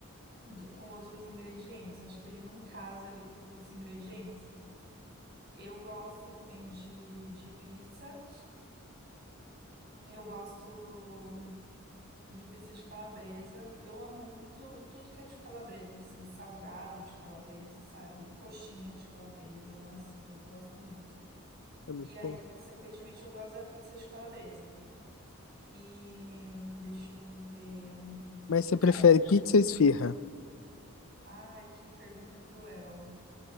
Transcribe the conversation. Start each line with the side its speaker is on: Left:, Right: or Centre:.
Right: do- com outros ingredientes. Acho que ele não casa ali com os outros ingredientes. Eu gosto também de, de pizza. Eu gosto de pizza de calabresa. Eu amo muito tudo que é de calabresa, assim, salgado de calabresa, sabe? Coxinha de calabresa. Nossa, eu gosto muito.
Left: É muito
Right: E aí,
Left: bom.
Right: consequentemente, eu gosto da pizza de calabresa. E hum, deixa eu ver.
Left: Mas você
Right: É.
Left: prefere pizza ou esfirra?
Right: Ai, que pergunta cruel.